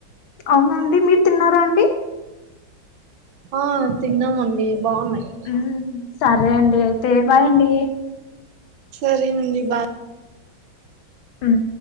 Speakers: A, on the left (about 80°); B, on the right (about 75°).
A: అవున అండి మీరు తిన్నారా అండి
B: ఆ తిన్నామండి బాగున్నాయి
A: మ్ సరే అండి అయితే బాయండి
B: సరే అండి బా
A: మ్